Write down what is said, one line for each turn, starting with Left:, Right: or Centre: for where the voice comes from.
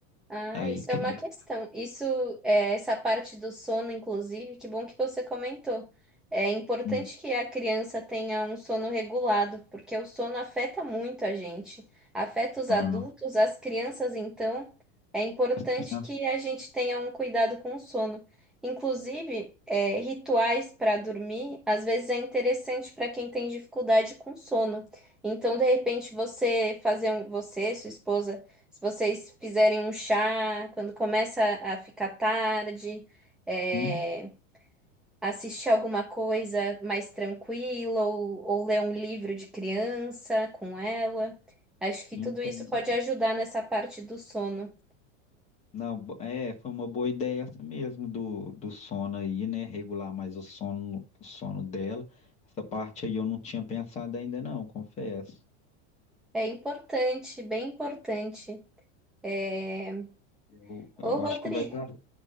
Centre: Ah,
Left: aí
Centre: isso
Left: cria.
Centre: é uma questão. Isso, é, essa parte do sono, inclusive, que bom que você comentou. É importante
Left: Hum,
Centre: que a criança tenha um sono regulado, porque o sono afeta muito a gente. Afeta os
Left: ah,
Centre: adultos, as crianças, então, é importante
Left: as crianças.
Centre: que a gente tenha um cuidado com o sono. Inclusive, é, rituais para dormir, às vezes é interessante para quem tem dificuldade com sono. Então, de repente, você fazer um, você, sua esposa se vocês fizerem um chá, quando começa a ficar tarde, é,
Left: Hum,
Centre: assistir alguma coisa mais tranquila ou, ou ler um livro de criança com ela. Acho que
Left: entendi.
Centre: tudo isso pode ajudar nessa parte do sono.
Left: Não, bo- é, foi uma boa ideia essa mesmo do, do sono aí, né? Regular mais o sono, o sono dela. Essa parte aí eu não tinha pensado ainda, não, confesso.
Centre: É importante, bem importante. É,
Left: Eu, eu
Centre: Ô, Rodrigo,
Left: acho que vai dar.